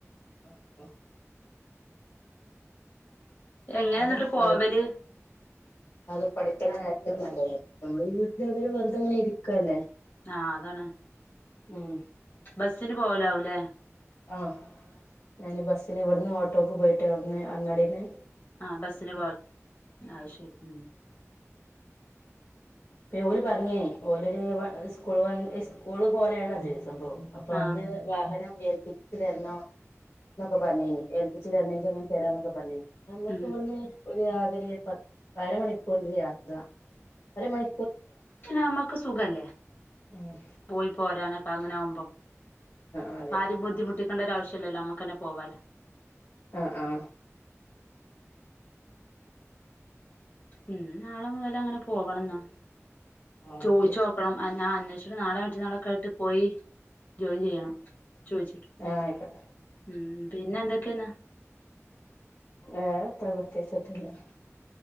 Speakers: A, on the left; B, on the left.
A: ആഹ ഓ
B: എങ്ങനെ
A: അത്
B: എന്നിട്ട് പോവല്
A: പഠി അത് പഠിക്ക്ണ് ഏറ്റവും നല്ലത് നമ്മള് ഈ വീട്ടില് ഏതായാലും വെറുതെങ്ങനെ ഇരിക്കുവ അല്ലേ
B: ആ അതാണ്
A: ഉം
B: ബസിന് പോവോ രാവിലെ
A: ആഹ് ഞാൻ ബസ്സിന് ഇവിടുന്ന് ഓട്ടോക്ക് പോയിട്ട് ഇവിടെന്ന് അങ്ങാടെന്ന്
B: ആ ബസിന് പോലെ ആ ശരി ഉ
A: പോല് പറഞ്ഞേ ഓരരു സ്കൂൾ സ്കൂള് പോലെയള്ളത് സംഭവം അപ്പൊ
B: ആഹ്
A: അന്ന് വാഹനം ഏൽപ്പച്ച് തരണ എന്നന്നൊക്കെ പറഞ്ഞി ഏൽപ്പിച്ചച്ച് തരണെങ്ക അങ്ങനെ തരാന്നൊക്കെ പറഞ്ഞ നമ്മുകിവുടുന്നു
B: ഉം
A: ഒരു രാത്രി പത്ത് അരമണിക്കൂല് യാത്ര അരമണി
B: ക്ഷ നമ്മുക്ക് സുഖല്ലേ
A: ആഹ്
B: പോയി പോരാനൊക്കെ അപ്പൊ അങ്ങനൊവുമ്പോ
A: ആഹ് അതെ
B: ആരെയും ബുദ്ധിമുട്ടിക്കേണ്ടരവശ്യ ല്ലോ നമ്മക്കന്നെ പോവാലെ
A: ആ ആ
B: ഉം നാളെ മുതൽ അങ്ങനെ പോവണംന്നോ
A: ആഹ്
B: ചോയിച്ചു
A: ഓക്കെ
B: നോക്കണം ഞാൻ അന്വേഷിച്ചടെ നാളെ മറ്റന്നാളൊക്കെ ആട്ട് പോയി ജോയിൻ ചെയ്യണം ചോയിച്ചിട്ട്
A: ആഹ് ആയിക്കോട്ടെ
B: ഉം പിന്നെ എന്തൊക്കെയെന്നാ
A: ഏ ത മത്തയാച്ചട്ടല്ല <unintelligible>